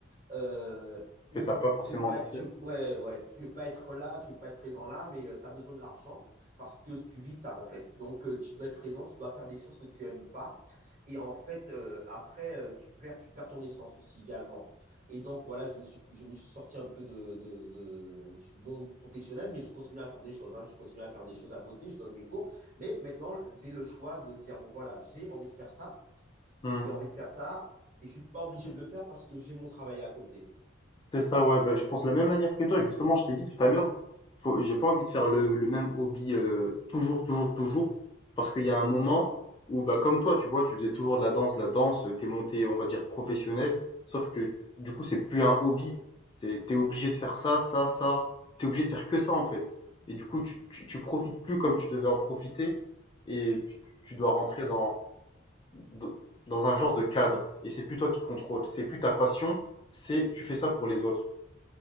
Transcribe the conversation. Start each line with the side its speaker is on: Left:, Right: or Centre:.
Right: euh,
Left: Que
Right: où
Left: t'as pas forcément
Right: tu veux pas,
Left: envie de
Right: tu,
Left: faire.
Right: ouais, ouais, tu veux pas être là, tu veux pas être présent là, mais tu as besoin de l'argent parce que tu vis de ça en fait. Donc euh, tu dois être présent, tu dois faire des choses que tu aimes pas et en fait euh, après euh, tu perds tu perds ton essence aussi également. Et donc voilà, je me suis je me suis sorti un peu de, de, de du monde professionnel, mais je continue à faire des choses. Hein. Je continue à faire des choses à côté, je donne mes cours, mais maintenant j'ai le choix de dire bon voilà j'ai envie de faire ça,
Left: Hmm.
Right: j'ai envie de faire ça et je suis pas obligé de le faire parce que j'ai mon travail à côté.
Left: C'est ça, ouais, bah, je pense de la même manière que toi, justement, je t'ai dit tout à l'heure, faut, j'ai pas envie de faire le, le même hobby euh, toujours, toujours, toujours, parce qu'il y a un moment où, bah, comme toi, tu vois, tu faisais toujours de la danse, de la danse, euh, t'es monté, on va dire, professionnel, sauf que, du coup, c'est plus un hobby, c'est, t'es obligé de faire ça, ça, ça, t'es obligé de faire que ça, en fait. Et du coup, tu, tu, tu profites plus comme tu devais en profiter, et tu, tu dois rentrer dans, dans, dans un genre de cadre, et c'est plus toi qui contrôle, c'est plus ta passion, c'est, tu fais ça pour les autres.